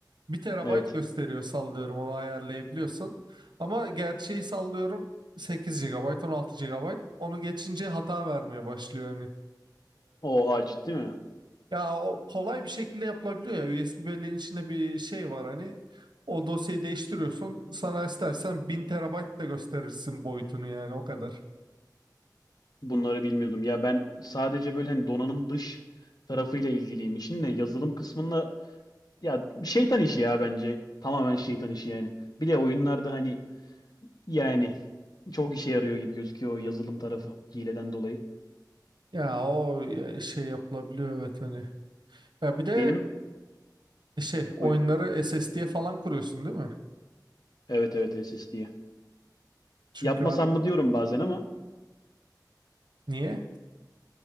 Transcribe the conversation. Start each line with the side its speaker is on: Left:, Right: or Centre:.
Right: bir terabayt
Left: Evet.
Right: gösteriyor sallıyorum onu ayarlayabiliyorsun. Ama gerçeği sallıyorum sekiz gigabayt, on altı gigabayt Onu geçince hata vermeye başlıyor hani.
Left: Oha ciddi mi?
Right: Ya o kolay bir şekilde yapılabiliyor ya. USB belleğin içinde bir şey var hani. O dosyayı değiştiriyorsun. Sana istersen 1000 terabayt da gösterirsin boyutunu yani o kadar.
Left: Bunları bilmiyordum. Ya ben sadece böyle hani donanım dış tarafıyla ilgiliyim işin de yazılım kısmında ya şeytan işi ya bence. Tamamen şeytan işi yani. Bir de oyunlarda hani yani çok işe yarıyor gibi gözüküyor o yazılım tarafı hileden dolayı.
Right: Ya o ya şey yapılabiliyor evet hani. Ya bir de
Left: Benim
Right: e, şey oyunları
Left: buyur.
Right: SSD'ye falan kuruyorsun değil mi?
Left: Evet evet SSD.
Right: Çünkü
Left: Yapmasam
Right: artık
Left: mı diyorum bazen ama
Right: niye?